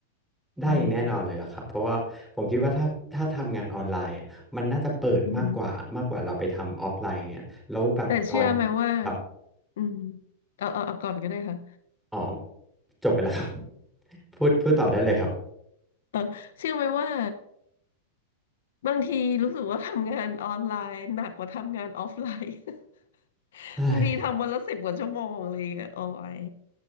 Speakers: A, in the centre; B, on the left.
A: ได้อย่างแน่นอนเลยล่ะครับเพราะว่าผมคิดว่าถ้าถ้าทำงานออนไลน์อะมันน่าจะเปิดมากกว่ามากกว่าเราไปทำออฟไลน์อย่างเงี้ยแล้วแบบตอน
B: อืมอืมแต่เชื่อไหมว่า
A: ครับ
B: อืมเอาเอาเอาก่อนก็ได้ค่ะ
A: อ๋อจบไปแล้วครับ <laughs> พูดพูดต่อได้เลยครับ
B: เออเชื่อไหมว่า บางทีรู้สึกว่าทำงานออนไลน์หนักกว่าทำงานออฟไลน์ <laughs>
A: เฮ้ย
B: บางทีทำวันละสิบกว่าชั่วโมงเลยอะโอ้ย